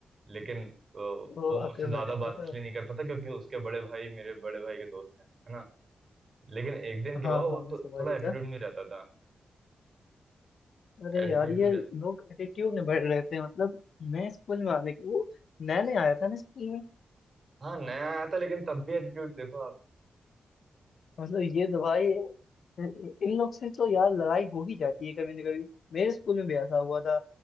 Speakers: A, on the right; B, on the left.
A: लेकिन अ, वो
B: वो
A: मुझसे
B: आखिर
A: ज्यादा
B: में रहता
A: बात
B: था
A: इसलिए नहीं करता था क्योंकि उसके बड़े भाई मेरे बड़े भाई के दोस्त हैं है ना लेकिन एक दिन क्या
B: हाँ
A: हुआ वो
B: हाँ मैं
A: तो
B: समझ
A: थोड़ा
B: गया
A: एटीट्यूड में रहता था
B: अरे
A: एटीट्यूड
B: यार ये
A: में रह
B: लोग एटीट्यूड में बढ़ रहे थे मतलब नए स्कूल में आने के वो नया नया आया था ना स्कूल में
A: हाँ नया आया था लेकिन तब भी एटीट्यूड देखो आप
B: मतलब ये तो भाई इन इन लोग से तो यार लड़ाई हो ही जाती है कभी ना कभी मेरे स्कूल में भी ऐसा हुआ था